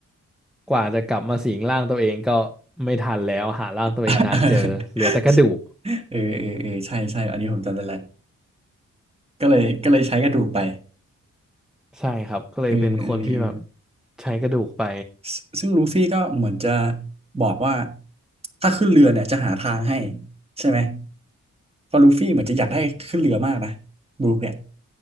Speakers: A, in the centre; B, on the right.
A: กว่าจะกลับมาสิงร่างตัวเองก็ไม่ทันแล้วหาร่างตัวเองนานเจอเหลือแต่กระดูก
B: <laughs> เออเออเออใช่ใช่อันนี้ผมจำได้แล้วก็เลยก็เลยใช้กระดูกไป
A: ใช่ครับก็เลยเป็นคนที่แบบ
B: เออเออเออ
A: ใช้กระดูกไป
B: ซซึ่งลูฟี่ก็เหมือนจะบอกว่าถ้าขึ้นเรือเนี่ยจะหาทางให้ใช่ไหมเพอลูฟี่เหมือนจะอยากให้ขึ้นเรือมากนะบรูคเนี่ย